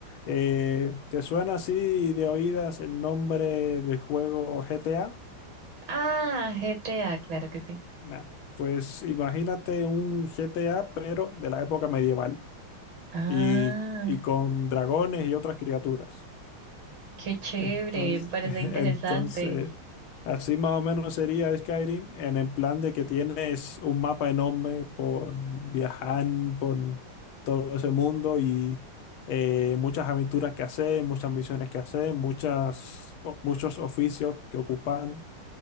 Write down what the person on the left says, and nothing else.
Eh, ¿te suena así de oídas el nombre del juego GTA?
Nah, Pues imagínate un GTA, pero de la época medieval
y, y con dragones y otras criaturas.
Entonces,
<laughs>
entonces, así más o menos sería Skyrim en el plan de que tienes un mapa enorme por viajar por todo ese mundo y eh, muchas aventuras que hacer, muchas misiones que hacer, muchas, o- muchos oficios que ocupar.